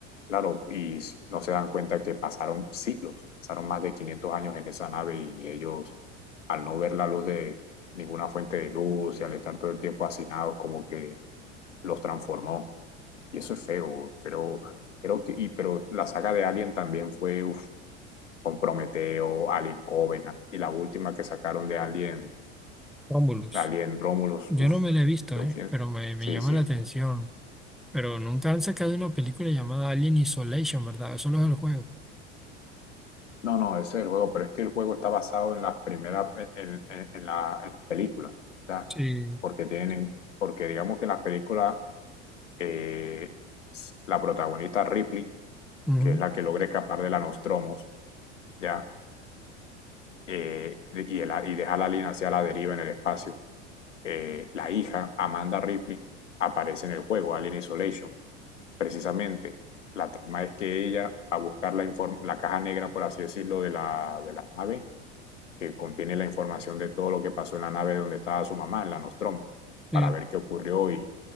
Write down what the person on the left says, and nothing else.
claro, y s- no se dan cuenta que pasaron siglos, pasaron más de 500 años en esa nave y ellos, al no ver la luz de ninguna fuente de luz y al estar todo el tiempo hacinados, como que los transformó. Y eso es feo, pero creo que, y, pero la saga de Alien también fue, uf, con Prometeo, Alien Covenant y la última que sacaron de Alien,
Alien Romulus.
Uf,
creo
que-
Sí,
sí.
No, no, ese es el juego, pero es que el juego está basado en las primeras, en, en- en la- en las películas, ¿ya?
Porque tienen, porque digamos que en las películas, eh, la protagonista Ripley,
que es la que logra escapar de la Nostromos, ¿ya? Eh, y, el- y deja la alien hacia la deriva en el espacio. Eh, la hija, Amanda Ripley, aparece en el juego, Alien Isolation. precisamente, la trama es que ella, a buscar la, inform- la caja negra, por así decirlo, de la, de la nave, que contiene la información de todo lo que pasó en la nave donde estaba su mamá, en la Nostromo,
para ver qué ocurrió y,